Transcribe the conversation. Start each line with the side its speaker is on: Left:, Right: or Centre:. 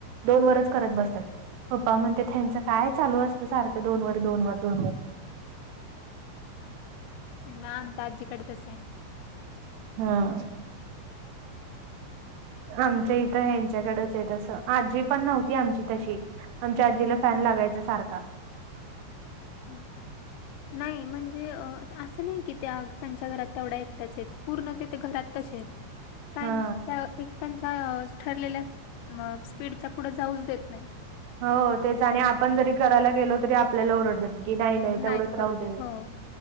Right: दोन वरच करत बसतात. पप्पा म्हणते त्यांचं काय चालू असतं सारखं दोन वर दोन वर दोन वर.
Left: म आमच्या आजीकडेच सेम.
Right: हा. आमच्या इथं यांच्याकडच आहे तसं आजी पण नव्हती आमची तशी. आमच्या आजीला फॅन लागायचा सारखा. <unintelligible>
Left: हं. नाही म्हणजे असं नाही की त्या त्यांच्या घरात तेवढ्या एकट्याच आहेत पूर्ण त्यांचे घरात तसे आहेत. फॅन
Right: हा
Left: अ एक पण. ठरलेल्या, मग स्पीडच्या पुढे जाऊच देत नाही.
Right: हो तेच आणि आपण जरी करायला गेलो तरी आपल्याला ओरडतात की नाही नाही तेवढंच
Left: नाहीत करू
Right: राहू दे.
Left: देत हो